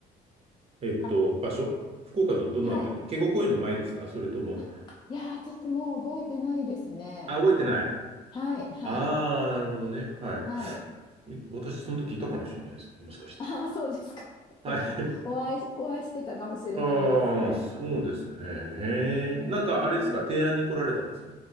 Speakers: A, on the right (about 35°); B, on the left (about 25°).
A: えっと、
B: あ、
A: 場所福岡のどのあたり警固公園の前ですかそれとも、
B: あはい。あ、いやー、ちょっともう覚えてないですね。
A: あ、覚えてない。
B: はいはい。
A: ああ、なるほどね。は
B: はい。
A: い。い私、その時いたかもしれないですね。もしかした
B: ああ、そうですか。<laughs>
A: ら。
B: じゃあ、
A: はい。
B: お会い、お会いしてたかもしれないですね。
A: <laughs> ああ、そうですね。へえ。
B: えー、
A: なんか、あれですか、提案に来られたんですか